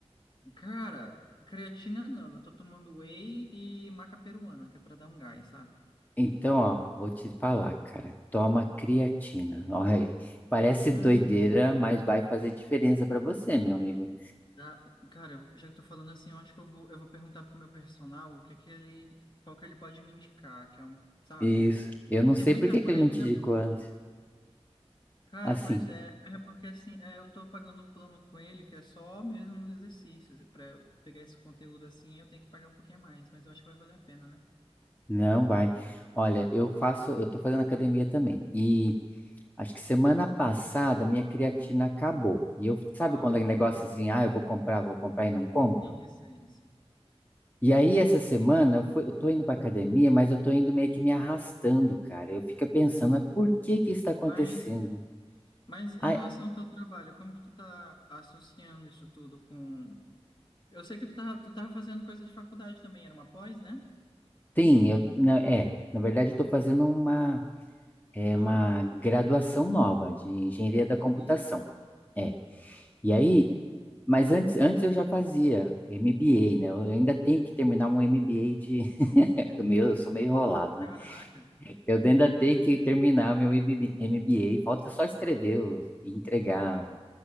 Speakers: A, on the left (about 45°); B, on the left (about 15°).
A: Cara, creatina não, eu tô tomando whey e maca peruana, que é pra dar um gás, sabe?
B: Então, ó, vou te falar, cara. Toma creatina. <laughs> Olha aí. Parece
A: Hum,
B: doideira, mas vai fazer diferença pra você, meu amigo.
A: tá. Cara, eu- já que tô falando assim, eu acho que eu vou, eu vou perguntar pro meu personal o que que ele, qual que ele pode me indicar, que é um, sabe?
B: Isso. Eu não sei
A: Tem muita
B: por que
A: por
B: que ele
A: aí
B: não
A: que
B: te
A: não
B: indicou
A: é
B: antes.
A: Cara,
B: Assim,
A: pois é, mas é porque assim, é, eu tô pagando um plano com ele que é só mesmo os exercícios. para eu pegar esse conteúdo assim, eu tenho que pagar um pouquinho a mais, mas eu acho que vai valer a pena, né?
B: não vai. Olha, eu faço, eu tô fazendo academia também. E acho que semana passada minha creatina acabou. E eu, sabe
A: Aham,
B: quando é negócio assim, ah, eu vou comprar, vou comprar e não compro?
A: isso, isso.
B: E aí, essa semana, eu, fui, eu tô indo pra academia, mas eu tô indo meio que me arrastando, cara. Eu fico pensando,
A: Sim,
B: mas por
A: sim.
B: que que isso tá acontecendo?
A: Mas, mas em
B: Ah,
A: relação ao teu trabalho, como que tu tá associando isso tudo com... Eu sei que tu tava, tu tava fazendo coisa de faculdade também, era uma pós, né?
B: tem, eu, na, é, na verdade eu estou fazendo uma, é,
A: Ah,
B: uma graduação nova de engenharia da computação,
A: isso.
B: é, e aí, mas antes, antes eu já fazia MBA, né, eu ainda tenho que terminar um MBA de, <laughs> meu, eu sou meio enrolado,
A: Caraca,
B: né, eu ainda tenho que terminar meu MBA, falta só escrever o- e entregar o,